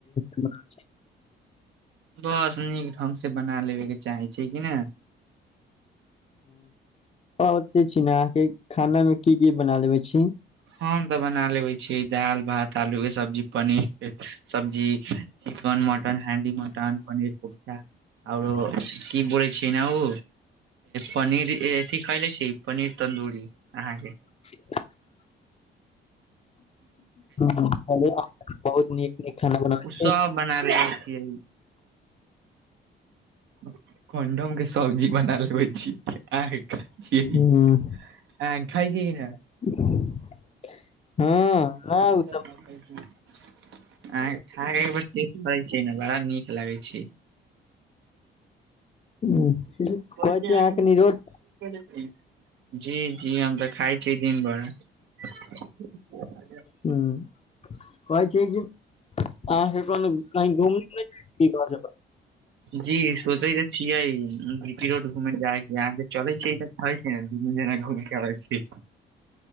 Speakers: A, on the left; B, on the right.
A: <unintelligible>
B: बस नीक ढंग से बना लेबेके चाहै छै कि ने
A: ह पे छी ने अहाँके खाना मे की की बना लेबे छी
B: हम तऽ बना लेबे छी दाल भात आलू के सब्जी पनीर के सब्जी chicken mutton handi mutton paneer कोबटा कआरो की ब छिय न ओ पनीर अथि खैले छी पनीर तन्दूरी अहाँके
A: <unintelligible> अरे बहुत नीक नीक खाना बनाबै
B: ओ
A: छी
B: सब बनाब‌ आइब गेल <unintelligible> कंडम के सब्जी बना लेबे छी आ खाय छियै
A: हँ
B: अहा खाई छीए कि न
A: <inaudible>
B: हँ
A: नहि
B: ह
A: ओ
B: सब कहै छी अहा‌ अहा एबे करै छै ने बड़ा नीक लागे छै
A: नै
B: अहा
A: कहै छी अहाँके निरोध
B: <inaudible> जी जी हम तऽ खाइ छियै दिन भर <unintelligible>
A: हुॅं पहे छिए जे अहा‌के कोनो कहीं घुममने <unintelligible> जेबै
B: जी सोचै त छिय जी पी रोड घूमे जाके यहाँ चलै छै ई त खाइ छै <unintelligible> जना घुम आबै छी